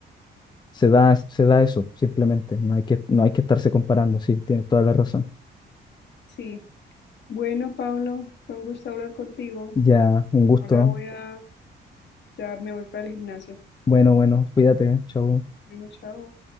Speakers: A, on the left; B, on the left.
A: Se da, se da eso, simplemente. No hay que, no hay que estarse comparando, sí, tienes toda la razón.
B: Sí. Bueno, Pablo, fue un gusto hablar contigo.
A: Ya, un gusto.
B: Ahora voy a, ya me voy para el gimnasio.
A: Bueno, bueno, cuídate, ¿eh? Chau.
B: Bueno, chao.